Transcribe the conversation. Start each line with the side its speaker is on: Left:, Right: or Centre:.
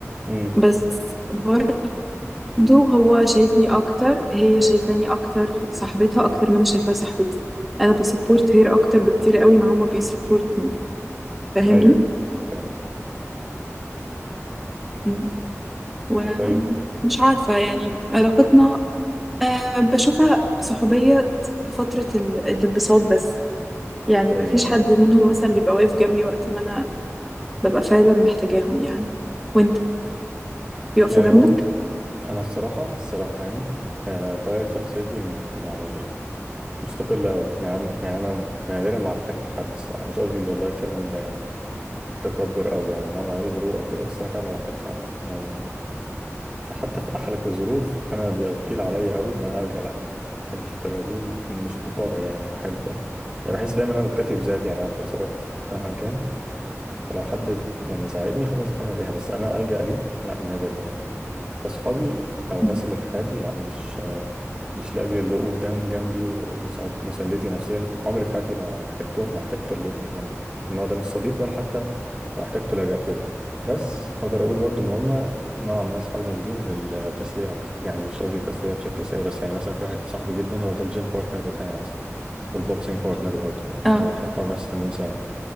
Right: امم
Centre: بس برضو هو شايفني أكتر هي شايفاني أكتر صاحبتها أكتر ما أنا شايفاها صاحبتي أنا بسبورت هير أكتر بكتير قوي ما هما بيسبورت مي فاهمني
Right: ايوه فاهم.
Centre: مم. ومش
Right: طيب
Centre: عارفة يعني علاقتنا أه بشوفها صحوبية فترة ال- الانبساط بس يعني
Right: ايوه
Centre: ما فيش حد
Right: ايوه
Centre: منهم مثلا بيبقى واقف جنبي وقت ما أنا ببقى فعلا محتاجاهم يعني وانت بيقفوا
Right: يعني
Centre: جنبك
Right: برضه انا الصراحه الصراحه يعني آه، طبيعه شخصيتي م- يعني مستقله قوي يعني يعني انا نادرا ما احتاج حد الصراحه مش قصدي والله اتكلم ب- بتكبر او يعني نوع من انواع الغرور او كده بس انا فعلا ما بحتاجش حد يعني فحتى في أحلك الظروف أنا بيبقى تقيل عليا قوي إن أنا ألجأ لحد ما بحبش الطريقة دي ومش من طبعي يعني بحب يعني بحس دايما أنا مكتفي بذاتي يعني أعرف أتصرف مهما كان فلو حد يعني يساعدني خلاص كان بيها بس انا ألجأ دي لا نادرا يعني فاصحابي او الناس
Centre: مم.
Right: اللي في حياتي لا مش مش لاجل الوقوف ده جنبي ومساندتي نفسيا عمري في حياتي ما ما احتجتهم ما احتجت ال- يعني النوع ده من الصديق ولا حتى لو احتجته لجأت له بس اقدر اقول برضو ان هم نوعا ما اصحابي موجودين للتسليه اكتر يعني مش قصدي تسليه بشكل سيء بس يعني مثلا في واحد صاحبي جدا هو ده الجيم بارتنر بتاعي مثلا والبوكسينج بارتنر برضه
Centre: اه
Right: يعني احنا بنتمرن نفس التمرين سوا